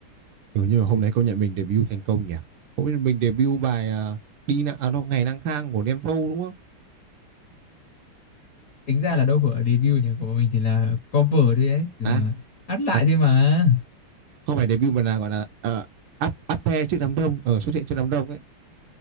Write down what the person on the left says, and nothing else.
tính ra là đâu phải ở debut nhỉ của bọn mình chỉ là cover thôi ấy chỉ
là hát lại
thôi mà